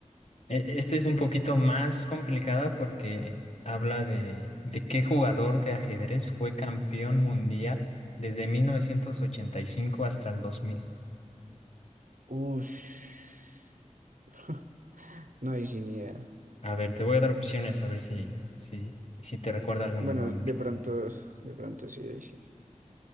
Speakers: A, on the left; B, on the right.
A: E- Este es un poquito más complicada porque habla de, de qué jugador de ajedrez fue campeón mundial desde 1985 hasta el 2000.
B: Ush. <laughs> No, hay sin idea.
A: A ver, te voy a dar opciones a ver si, si, si te recuerda algún
B: Bueno,
A: nombre.
B: de pronto, de pronto sí, ahí sí.